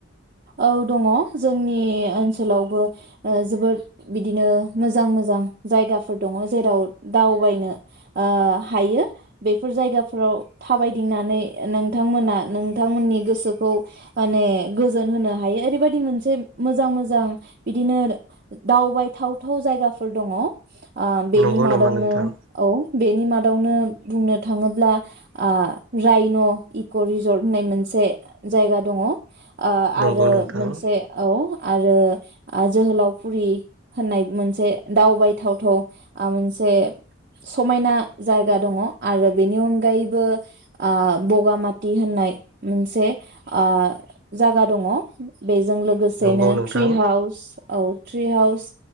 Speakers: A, on the right; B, on the right.
A: औ दङ जोंनि ओनसोलावबो ओ जोबोद बिदिनो मोजां मोजां जायगाफोर दङ जेराव दावबायनो ओ हायो बेफोर जायगाफोराव थाबायदिंनानै नोंथांमोना नोंथांमोननि गोसोखौ माने। गोजोन होनो हायो ओरैबायादि मोनसे मोजां-मोजां बिदिनो दावबायथावथाव जायगाफोर दङ। ओ बेनि
B: नंगौ
A: मादावनो
B: नामा नोंथां
A: औ बेनि मादावनो बुंनो थाङोब्ला ओ रायन' इक' रिजर्ट होननाय मोनसे जायगा दङ ओ
B: नंगौ
A: आरो
B: नोंथां
A: मोनसे औ आरो जोहोलावफुरि होननाय मोनसे दावबाय थावथाव मोनसे समायना जायगा दङ' आरो बेनि अनगायैबो ओ बगामाथि होननाय मोनसे ओ जागा दङ' बेजों लोगोसेनो
B: नंगौ नोंथां
A: ट्रि हाउस औ ट्रि हाउस